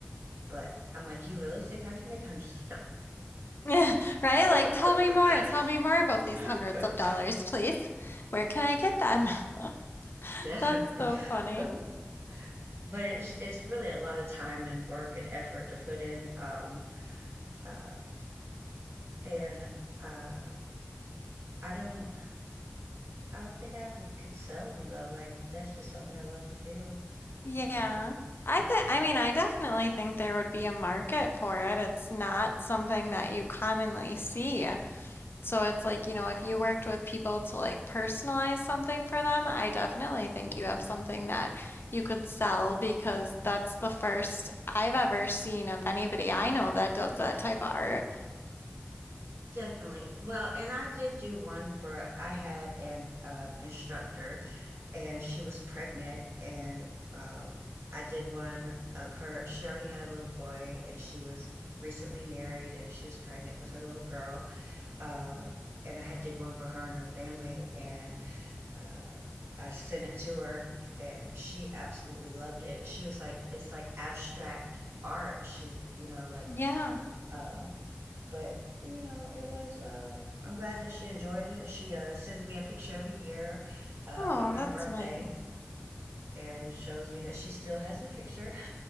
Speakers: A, on the right; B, on the left.
A: but I'm like, you really think I can make hundreds
B: <laughs> right? Like,
A: of
B: tell me more. Tell me more about these
A: dollars?
B: hundreds of dollars, please. Where can I get them?
A: <laughs>
B: <laughs>
A: Definitely.
B: That's so funny.
A: <laughs> but it's it's really a lot of time and work and effort to put in. Um, uh, and uh, I don't I don't think I would could sell them though. Like that's just something I love to do.
B: Yeah.
A: Uh,
B: I
A: so
B: think, I mean, I definitely think there would be a market for it. It's not something that you commonly see. So it's like, you know, if you worked with people to like personalize something for them, I definitely think you have something that you could sell because that's the first I've ever seen of anybody I know that does that type of art.
A: definitely. Well, and I did do one for I had an um, instructor, and she was pregnant, and um, I did one of her. She already had a little boy, and she was recently married, and she was pregnant with her little girl Uh, and I had did one for her and her family, and uh, I sent it to her, and she absolutely loved it. She was like, "It's like abstract art." She's, you know, like,
B: Yeah.
A: um, but you know, it was. Uh, I'm glad that she enjoyed it. She uh, sends me a picture every year uh,
B: Oh,
A: on her
B: that's
A: birthday
B: nice.
A: and shows me that she still has the picture. <laughs>